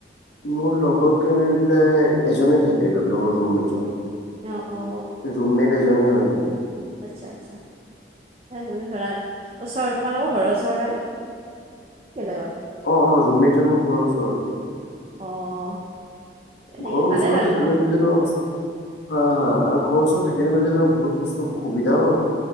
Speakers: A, on the left; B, on the right.
A: মোৰ লগত ধৰি প্ৰাই এজনে থাকে মোৰ ৰুমমেটজন।
B: অ', অ'।
A: ৰুমমেট এজনেই হয়।
B: আচ্ছা আচ্ছা, মানে ধৰা ওচৰৰ, তোমালকৰ ঘৰৰ ওচৰৰে নে? বেলেগৰ?
A: অ', অ' ৰুমমেটজন মোৰ ঘৰৰ ওচৰৰে।
B: অ'। সেই
A: ঘৰৰ
B: ভালে
A: ওচৰৰ
B: বাৰু
A: থাকিলে
B: ন
A: মেলিলে ধৰ হা, হা, আৰু ঘৰৰ ওচৰত থাকিলে মিলে বহুত বস্তু সুবিধাও হয়